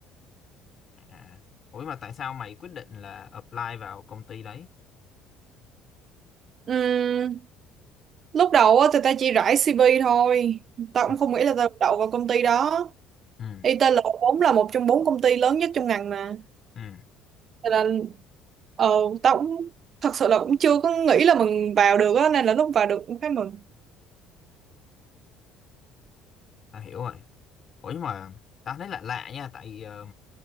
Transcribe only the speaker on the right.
Ừm, lúc đầu á thì tao chỉ rải CV thôi. Tao
cũng không nghĩ là tao đậu vào công ty đó.
ITL vốn là một trong bốn công ty lớn nhất trong ngành mà.
Cho nên ờ, tao cũng thật sự là cũng chưa có nghĩ là mình vào được á nên là lúc vào được cũng khá mừng